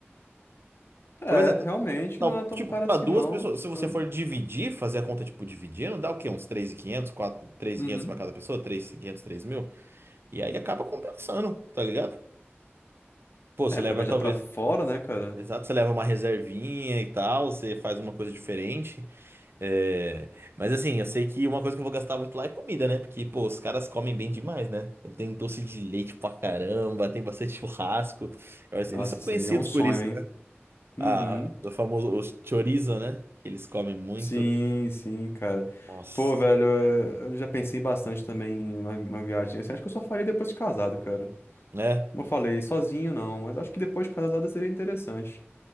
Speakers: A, on the left; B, on the right.
A: É,
B: Talvez até.
A: realmente
B: tal-
A: não é tão
B: tipo,
A: caro
B: para
A: assim,
B: duas
A: não.
B: pessoas, se você
A: Hum.
B: for dividir, fazer a conta, tipo, dividindo, dá o quê? Uns 3.500, 4, quinhentos
A: Uhum.
B: para cada pessoa, três mil e quinhentos três mil e aí acaba compensando, tá ligado? Pô, você
A: É,
B: leva
A: pra viajar
B: talvez.
A: pra fora, né, cara?
B: Exato, você leva uma reservinha e tal, você faz uma coisa diferente. É, mas assim, eu sei que uma coisa que eu vou gastar muito lá é comida, né? Porque, pô, os caras comem bem demais, né? Tem doce de leite pra caramba, tem bastante churrasco. Eu acho-
A: Nossa,
B: Eles são conhecidos
A: isso aí é um sonho,
B: por isso,
A: hein?
B: né?
A: Uhum.
B: Ah, o famoso o chorizo, né? Que eles comem muito.
A: Sim, sim, cara.
B: Nossa,
A: Pô, velho, é, eu já pensei bastante também em uma, uma viagem assim. Acho que eu só faria depois de casado, cara.
B: né?
A: Como eu falei, sozinho não, mas acho que depois de casado seria interessante.